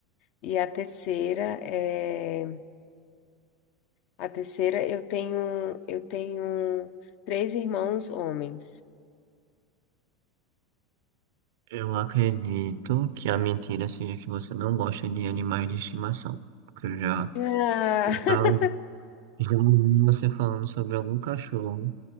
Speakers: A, on the left; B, on the right.
A: e a terceira é a terceira eu tenho eu tenho três irmãos homens.
B: Eu acredito que a mentira seja que você não gosta de animais de estimação, porque eu já,
A: Ah,
B: eu já
A: <laughs>
B: Já ouvi você falando sobre algum cachorro,